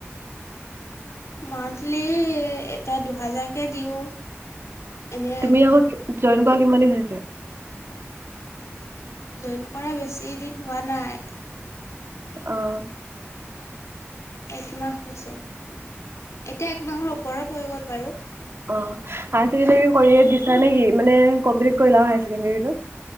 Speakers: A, on the left (about 85°); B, on the right (about 55°).
A: মান্থলি এতিয়া দুহাজাৰকে দিওঁ। এনে
B: তুমি আকৌ জইন কৰা কিমান দিন হৈছে
A: জইন কৰা বেছি দিন হোৱা নাই।
B: অ'
A: একমাহ হৈছে। এতিয়া একমাহৰ ওপৰত হৈ গ'ল বাৰু।
B: অহ হাইছেকেণ্ডাৰী কৰি দিছা নেকি মানে কমপ্লিট কৰিলা এটো